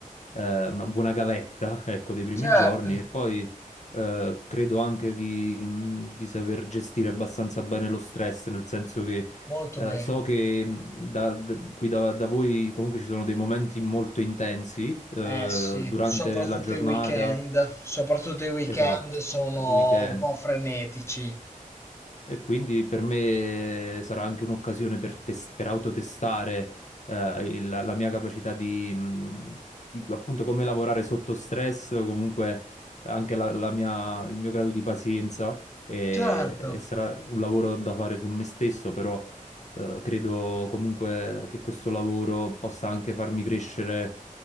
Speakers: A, on the left; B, on the left.
A: eh, una buona gavetta, <laughs> ecco, dei primi
B: Certo,
A: giorni e poi eh, credo anche di, mh, di saper gestire abbastanza bene lo stress, nel senso che
B: molto
A: eh,
B: bene.
A: so che mh, da- da- qui da, da voi comunque ci sono dei momenti molto intensi eh,
B: Eh sì,
A: durante
B: soprattutto
A: la giornata,
B: i weekend, soprattutto i weekend
A: esatto,
B: sono
A: il weekend.
B: un po' frenetici.
A: E quindi per me sarà anche un'occasione per, tes- per autotestare eh, il- la mia capacità di, mh, di- appunto come lavorare sotto stress, o comunque anche la- la mia- il mio grado di pazienza e,
B: Certo.
A: e sarà un lavoro da fare su me stesso, però eh, credo comunque che questo lavoro possa anche farmi crescere